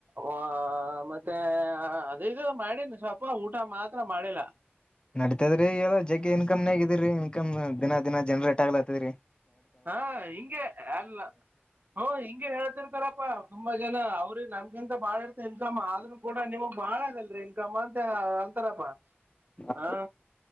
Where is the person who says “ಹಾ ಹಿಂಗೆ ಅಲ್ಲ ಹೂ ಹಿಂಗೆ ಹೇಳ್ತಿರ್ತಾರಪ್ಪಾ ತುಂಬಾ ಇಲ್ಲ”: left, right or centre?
Right